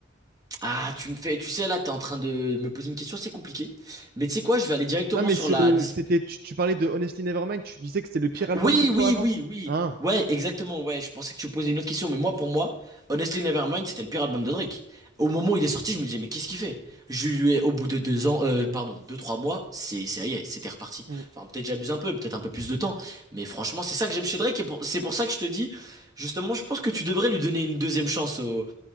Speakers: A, on the right; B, on the right.
A: ah tu me fais tu sais là t'es en train de me poser une question c'est compliqué. Mais tu sais quoi, je vais aller directement
B: Non, mais
A: sur
B: ce,
A: la dis.
B: c'était, tu, tu parlais de Honestly Nevermind, tu disais que c'était le pire album
A: Oui,
B: pour
A: oui,
B: toi avant.
A: oui, oui.
B: Hein?
A: Ouais, exactement. Ouais, je pensais que tu posais une autre question, mais moi, pour moi, Honestly Nevermind, c'était le pire album de Drake. Au moment où il est sorti, je me disais, mais qu'est-ce qu'il fait? Je lui ai, au bout de deux ans, euh, pardon, deux, trois mois, c'est, ça y est, c'était reparti.
B: Mm.
A: Enfin, peut-être j'abuse un peu, peut-être un peu plus de temps, mais franchement, c'est ça que j'aime chez Drake, et pour- c'est pour ça que je te dis, justement, je pense que tu devrais lui donner une deuxième chance au,